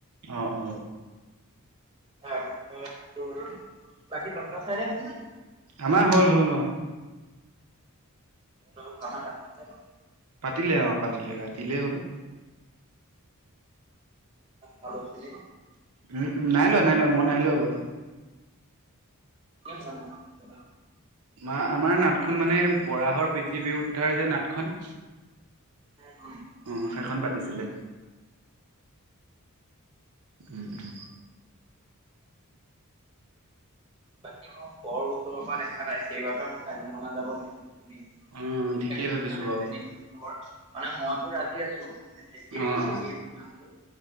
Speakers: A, on the right (about 85°); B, on the right (about 20°).
A: অ অ
B: ত পিছত বাকী দহৰা চাইৰে হল ন
A: আমাৰ হ'ল হ'ল অ
B: তহত অলোক জনা পাতিছিলে ন
A: পাতিলে অ পাতিলে ৰাতিলেই হ'ল
B: ভচননে
A: উম উম নাই লোৱা নাই লোৱা মই নাই লোৱা বাৰু
B: কে বান কাটি
A: আ আমাৰ নাটখন মানে বৰাহৰ পৃথিৱী উদ্ধাৰ যে নাটখন
B: উম উু
A: আহ সেইখন পাতিছিলে উম উম
B: বাকী মোক বৰ উও্তৰৰ পৰা দেখা নাই সেইবাবে মই কাজিৰঙা যাব বিচাৰিছ
A: অ ঠিকেই ভাবিছো
B: োনকালে্ডিংৰ
A: বাৰু
B: মানে মইতো ৰাজি আছো মানে যেতিয়াই
A: অ
B: যাওঁ তেতিয়াই
A: অ
B: মই আছো।